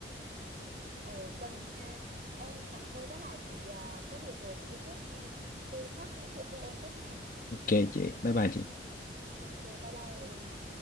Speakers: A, on the right; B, on the left.
A: ừ cân ha ê nhưng mà thôi chắc là chị ờ, có việc rồi chị đi trước nha khi khác nói chuyện với em tiếp nha
B: ok chị bye bye chị
A: ok bye bye em